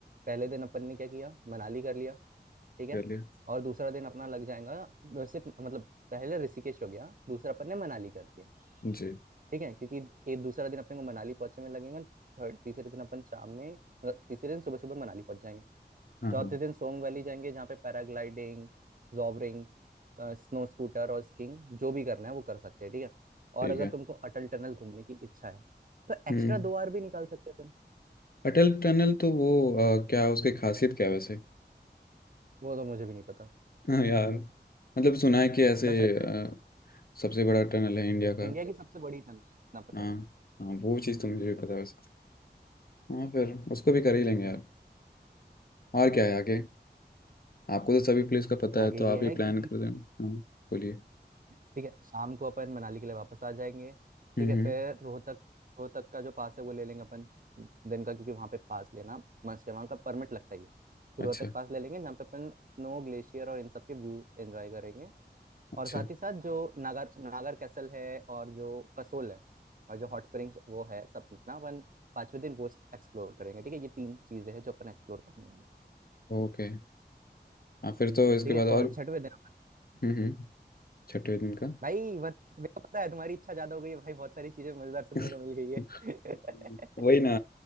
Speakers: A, on the right; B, on the left.
A: पहले दिन अपन ने क्या किया मनाली कर लिया ठीक है
B: कर लिया
A: और दूसरा दिन अपना लग जाएगा वैसे मतलब पहले ऋषिकेश हो गया दूसरा अपन ने मनाली कर दिया
B: जी
A: ठीक है क्योंकि ये दूसरा दिन अपने को मनाली पहुंचने में लगेगा थर्ड तीसरे दिन अपन शाम में मतलब तीसरे दिन सुबह सुबह मनाली पहुंच जाएंगे
B: हाँ
A: चौथे
B: हाँ
A: दिन सोंग वैली जाएंगे जहाँ पे पैराग्लाइडिंग जॉबरिंग स्नो स्कूटर और स्कीइंग जो भी करना है वो कर सकते हैं ठीक है और
B: ठीक
A: अगर
B: है
A: तुमको अटल टनल घूमने की इच्छा है तो
B: हम्म
A: एक्स्ट्रा दो आवर भी निकाल सकते हैं अपन
B: अटल टनल तो वो अ, क्या उसकी खासियत क्या है वैसे
A: वो तो मुझे भी नहीं पता
B: हाँ यार मतलब सुना है कि ऐसे
A: बस अटल
B: अ, सबसे बड़ा टनल है इंडिया का
A: इंडिया की सबसे बड़ी टनल है इतना पता
B: हाँ
A: है
B: हाँ वो चीज़ तो मुझे भी पता है वैसे हाँ फिर उसको भी कर ही लेंगे यार और क्या है आगे आपको तो सभी प्लेस का पता
A: आगे
B: है तो आप
A: ये
B: ही
A: है कि
B: प्लान कर दें हाँ बोलिए
A: ठीक है शाम को अपन मनाली के लिए वापस आ जाएंगे
B: हम्म
A: ठीक है
B: हम्म
A: फिर रोहतक रोहतक का जो पास है वो ले लेंगे अपन दिन का क्योंकि वहाँ पे पास लेना मस्ट है वहाँ का परमिट लगता ही है तो
B: अच्छा
A: रोहतक पास ले लेंगे जहाँ पे अपन स्नो ग्लेशियर और इन सब के व्यू एंजॉय करेंगे
B: अच्छा
A: और साथ ही साथ जो नागर नागर कैसल है और जो कसोल है और जो हॉट स्प्रिंग्स वो है सब अपना अपन पांचवें दिन वो एक्सप्लोर करेंगे ठीक है ये तीन चीजें हैं जो अपन एक्सप्लोर करने वाले हैं,
B: ओके हाँ फिर तो इसके
A: ठीक
B: बाद
A: है
B: और
A: और छठवें दिन अपन
B: हम्म हम्म छठे दिन का
A: भाई बत, मेरे को पता है तुम्हारी इच्छा ज्यादा हो गई है भाई बहुत सारी चीजें मजेदार सुनने
B: <laughs>
A: को मिल गई है
B: वही
A: <laughs>
B: ना